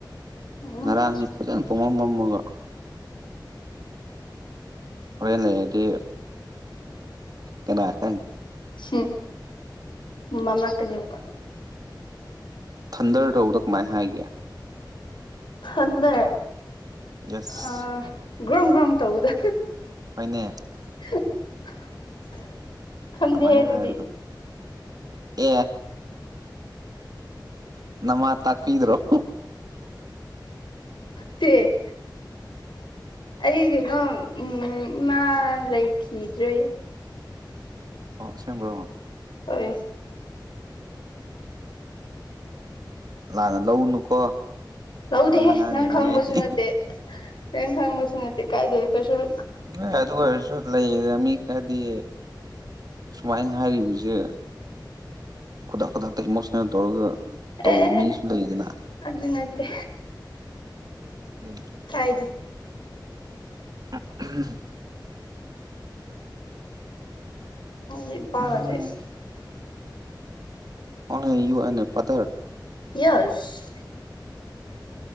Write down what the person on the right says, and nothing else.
ꯉꯔꯥꯡꯉꯤ ꯐꯖꯅ ꯄꯨꯃꯝ ꯃꯝꯃꯒ ꯍ‌ꯣꯔ‌ꯦꯟ ꯂꯩꯔꯗꯤ ꯀꯅꯥ ꯈꯪꯅꯤ
ꯊꯟꯗ꯭ꯔ ꯇꯧꯕꯗ‌ꯣ ꯀꯃꯥꯏ ꯍꯥꯏꯒꯦ
ꯌꯦꯁ
ꯍ‌ꯣꯏꯅꯦ
ꯀꯃꯥꯏꯅ
ꯍꯥꯏꯕꯅꯣ ꯑꯦ ꯅꯃꯥ ꯇꯥꯛꯄꯤꯗꯔꯣ
ꯑꯣ ꯑꯁ‌ꯦꯡꯕꯔꯣ
ꯂꯥꯟꯅ ꯂꯧꯅꯨꯀꯣ
ꯄꯉꯥꯡ ꯉꯥꯡꯂꯤꯕꯅꯦ
ꯑꯩꯗꯤ
ꯍ‌ꯣꯏ ꯑꯗꯨ ꯑꯣꯏꯔꯁꯨ ꯂꯩꯗ ꯃꯤ ꯈꯔꯗꯤ ꯁꯨꯃꯥꯏ ꯍꯥꯏꯔꯤꯕꯖ‌ꯦ ꯈꯨꯗꯛ ꯈꯨꯗꯛꯇ ꯏꯃꯣꯁꯅꯦꯜ ꯇꯧꯔꯒ ꯇꯧꯕ
ꯃꯤꯁꯨ
ꯂꯩꯗꯅ
ꯎꯝ
ꯑ ꯎꯝ
ꯎꯝ only you and your father